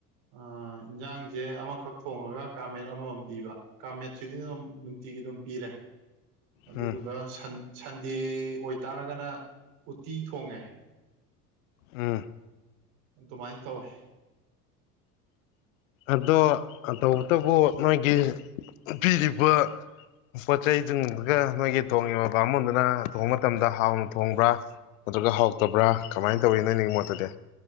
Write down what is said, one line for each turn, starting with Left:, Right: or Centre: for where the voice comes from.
Right: ꯑ ꯏꯟꯖꯥꯡꯁꯦ ꯑꯃꯈꯛ ꯊꯣꯡꯉꯒ ꯈꯥꯃꯦꯟ ꯑꯃꯃꯝ ꯄꯤꯕ ꯀꯥꯃꯦꯠꯁꯤꯗꯤ ꯑꯗꯨꯝ ꯅꯨꯡꯇꯤꯒꯤ ꯑꯗꯨꯝ ꯄꯤꯔꯦ ꯑꯗꯨꯗꯨꯒ
Left: ꯎꯝ
Right: ꯁꯟꯗꯦ ꯁꯟꯗꯦ ꯑꯣꯏꯇꯥꯔꯒꯅ ꯎꯠꯇꯤ ꯊꯣꯡꯉꯦ
Left: ꯎꯝ
Right: ꯑꯗꯨꯃꯥꯏꯅ ꯇꯧꯋꯦ
Left: ꯑꯗꯣ ꯇꯧꯕꯇꯕꯨ ꯃꯣꯏꯒꯤ ꯄꯤꯔꯤꯕ ꯄꯣꯠ ꯆꯩꯁꯤꯡꯗꯨꯒ ꯅꯣꯏꯒꯤ ꯊꯣꯡꯉꯤꯕ ꯕꯥꯃꯣꯟꯗꯨꯅ ꯊꯣꯡꯕ ꯃꯇꯝꯗ ꯍꯥꯎꯅ ꯊꯣꯡꯕ꯭ꯔꯥ ꯑꯗꯨꯒ ꯍꯥꯎꯇꯕ꯭ꯔꯥ ꯀꯃꯥꯏꯅ ꯇꯧꯋꯤ ꯅꯪ ꯅꯪꯒꯤ ꯃꯣꯠꯇꯗꯤ